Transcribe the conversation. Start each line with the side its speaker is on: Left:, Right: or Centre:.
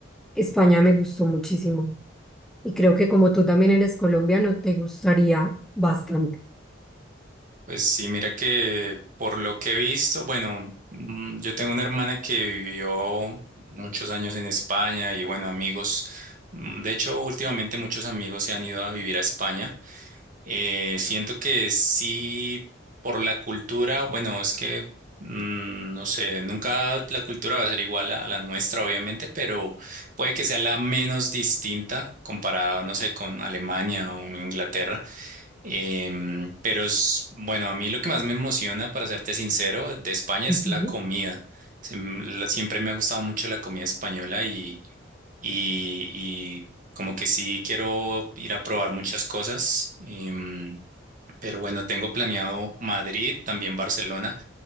Centre: España me gustó muchísimo y creo que como tú también eres colombiano, te gustaría bastante.
Right: Pues sí, mira que por lo que he visto, bueno, mm, yo tengo una hermana que vivió muchos años en España y bueno, amigos, mm, de hecho últimamente muchos amigos se han ido a vivir a España. Eh, siento que sí, por la cultura, bueno, es que mm, no sé, nunca la cultura va a ser igual a, a la nuestra, obviamente, pero puede que sea la menos distinta comparado, no sé, con Alemania o Inglaterra. Em, pero es, bueno, a mí lo que más me emociona, para serte sincero, de España
Centre: Ujú.
Right: es la comida. Se m- la- Siempre me ha gustado mucho la comida española y, y, y como que sí quiero ir a probar muchas cosas. Em, pero bueno, tengo planeado Madrid, también Barcelona.